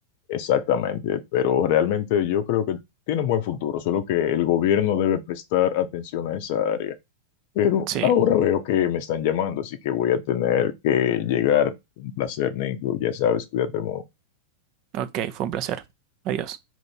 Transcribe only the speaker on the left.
Exactamente, pero realmente yo creo que tiene un buen futuro, solo que el gobierno debe prestar atención a esa área. Pero
ahora veo que me están llamando, así que voy a tener que llegar. Un placer, Nico, ya sabes, cuídate mucho.